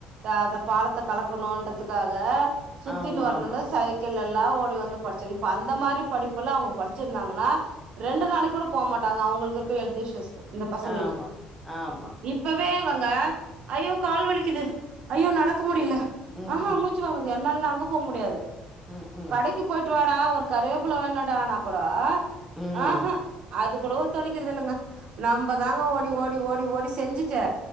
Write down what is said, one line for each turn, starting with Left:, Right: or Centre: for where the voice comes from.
Right: அ அந்த பாலத்தை கலக்கணுன்றதுக்காக சுத்தின்னு
Centre: ஆமா
Right: வரணுனு
Centre: ஆமா
Right: சைக் கிள் எல்லா ஓடி வந்து படிச்சாங்க இப்ப அந்த மாரி படிப்புல்லா அவங்க படிச்சிருந்தாங்கன்னா ரெண்டு நாளைக்கு கூட போ மாட்டாங்க அவங்களுக்கு இருக்க ஹெல்த் இஸ்சுஸ் இந்த பசங்களுக்கு
Centre: ஆமா ஆமா.
Right: இப் பவே இவங்க ஐயோ கால் வலிக்குது ஐயோ நடக்க முடியல
Centre: ம்ஹ்ம்.
Right: ஆஹா மூச்சு வாங்குது எ என்னால்லா அங்கே போக முடியாது
Centre: ம்ஹ்ம்.
Right: கடைக்கு போயிட்டு வாடா ஒரு கருவேப்புல வேனுடானா கூட
Centre: ம். ம்
Right: ஆஹா
Centre: ம்.
Right: அது கூடவு சொல்லிக்கிறது இல்லங்க நம்ம தாங்க ஓடி ஓடி ஓடி ஓடி செஞ்சுட்டு